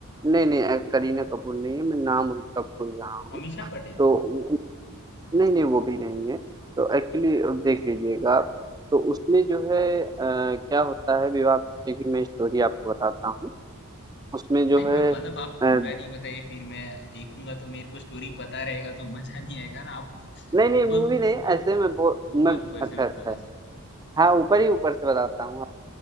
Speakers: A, on the right; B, on the left.
A: नहीं नहीं अ, करीना कपूर नहीं है मैं नाम उनका भूल रहा हूँ
B: अमीषा पटेल
A: तो उ- नहीं नहीं वो भी नहीं है तो एक्चुअली देख लीजिएगा आप। तो उसमें जो है अ, क्या होता है विवाह पीछे की मैं स्टोरी आपको बताता हूँ उसमें जो
B: नहीं
A: है
B: वो मतलब आप
A: अ,
B: पूरा नहीं बताइए फिर मैं देखूंगा तो मेरे को स्टोरी पता रहेगा तो मजा नहीं आएगा ना आप मतलब
A: नहीं नहीं
B: ऊपर
A: मूवी
B: ऊ-
A: नहीं
B: ऊपर
A: ऐसे में बो
B: ऊपर
A: मैं
B: ऊपर
A: अच्छा
B: से मतलब
A: अच्छा
B: जैसे
A: हाँ ऊपर ही ऊपर से बताता हूँ